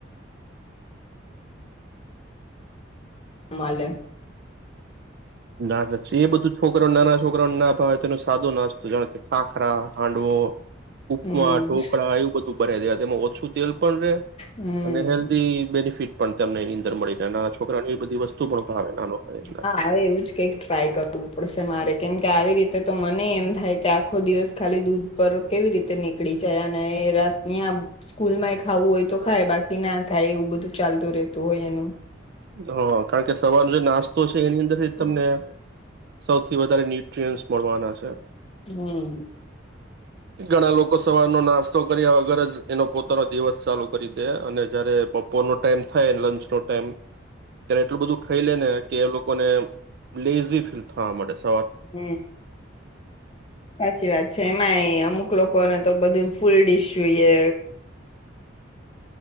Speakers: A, on the left (about 30°); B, on the right (about 55°).
A: મલે.
B: નાના છે, એ બધું છોકરો નાના છોકરોને ના ભાવે તેનો સાદો નાસ્તો જેવા, કે ખાખરા હાંડવો.
A: હમ
B: ઉપમા, ઢોકળા એવું બધું મળે છે, તેમાં ઓછું તેલ પણ‌ રે,
A: હમ
B: અને હેલ્ધી બેનિફિટ પણ, તમેવી. ગરમ મળી રહે, નાના છોકરાની એ બધી વસ્તુ પણ ભાવે નાનો પાડે.
A: હા હવે એવું જ કાંઈક ટ્રાય કરવું પડશે, મારે કેમકે આવી રીતે તો મને એમ થાય કે આખો દિવસ ખાલી દૂધ પર કેવી રીતે નીકળી જાય, અને રાતના સ્કૂલમાં ખાવું હોય તો ખાય બાકી ના ખાય, એવું બધું ચાલતું રહેતું હોય એનું.
B: હમ્મ કારણ કે સવારનો જે નાસ્તો છે, એની અંદરથી
A: હમ
B: તમને. સૌથી વધારે ન્યુટ્રીયન્સ. મળવાના છે.
A: હ.
B: ઘણા લોકો સવારનો નાસ્તો કર્યા વગર જ એનો પોતાનો દિવસ ચાલુ કરી દે, અને જયારે બપોર નો ટાઈમ થાય લંચ નો ટાઈમ. ત્યારે એટલું બધું ખાઇલે‌ ને કે એ લોકોને. લિઝી ફીલ થવા માંડે છે.
A: હ સાચી વાત છે, એમાં અમુક લોકોને તો બધું. ફુલ ડીશ જોઈએ.